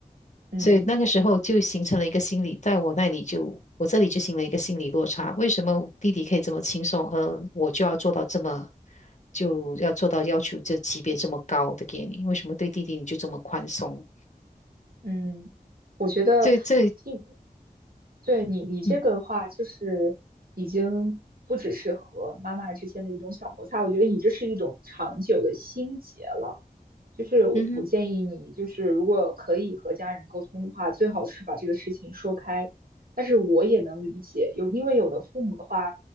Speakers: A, on the right (about 70°); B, on the left (about 50°).
A: 嗯
B: 所以那个时候就形成了一个心理，在我那里就，我这里就形成了一个心理落差。为什么弟弟可以这么轻松，而我就要做到这么，就要做到要求这级别这么高的给你？为什么对弟弟你就这么宽松？
A: 嗯，我觉得听，
B: 这这，
A: 对你你这个的话，
B: 嗯
A: 就是已经不只是和妈妈之间的一种小摩擦，我觉得你这是一种长久的心结了。就是我我建议你，
B: 嗯哼。
A: 就是如果可以和家人沟通的话，最好是把这个事情说开。但是我也能理解，有因为有的父母的话，